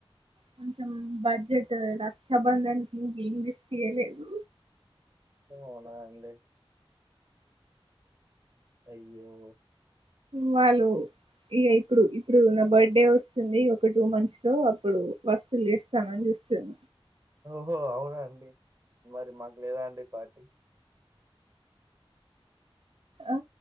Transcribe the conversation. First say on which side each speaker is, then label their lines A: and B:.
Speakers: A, on the right; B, on the right.
A: కొంచెం బడ్జెట్ రక్ష బంధానికి ఇన్ వెస్ట్ చేయలేదు.
B: అవునా అండి అయ్యో
A: వాళ్ళు ఇగా ఇప్పుడు ఇప్పుడు నా బర్త్ డే వస్తుంది. ఒక టూ మంత్స్ లో అప్పుడు వస్తువులు చేస్తామాని చూస్తున్న
B: ఓ అవునా అండి మరి మాకు లేదా అండి పార్టీ
A: ఆ